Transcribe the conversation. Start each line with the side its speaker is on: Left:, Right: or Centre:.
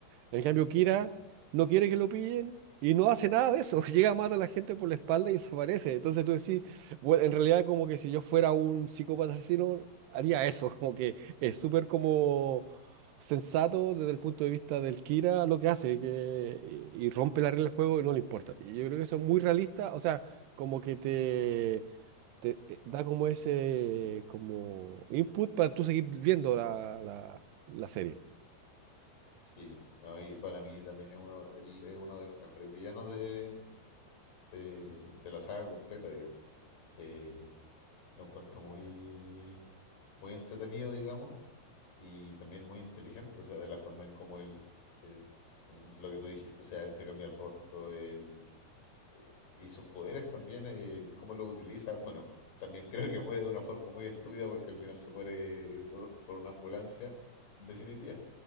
Right: En cambio, Kira no quiere que lo pillen y no hace nada de eso. <laughs> Llega, mata a la gente por la espalda y desaparece. Entonces tú decís, bueno, en realidad como que si yo fuera un psicópata asesino, haría eso. <laughs> Como que es súper como sensato desde el punto de vista del Kira lo que hace que, y, y rompe la regla del juego y no le importa. Y yo creo que eso es muy realista. O sea, como que te... te eh, da como ese como input para tú seguir viendo la, la la serie.
Left: Sí, no, y para mí también es uno, él es uno de los mejores villanos de, de, de la saga completa, digamos. Eh, lo encuentro muy, muy entretenido, digamos, y también muy inteligente, o sea, de la forma en cómo él, eh, con lo que tú dijiste, o sea, él se cambia el rostro, él, eh, y sus poderes también, eh, cómo los utiliza, bueno, también creo que muere de una forma muy estúpida porque al final se muere por, por una ambulancia, en definitiva,